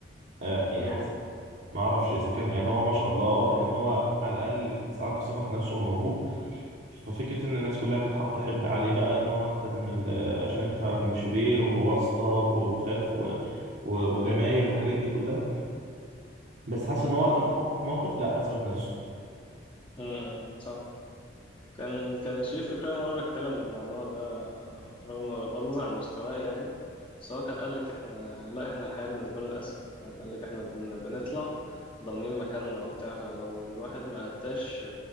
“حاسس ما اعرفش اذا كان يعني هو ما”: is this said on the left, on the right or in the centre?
Right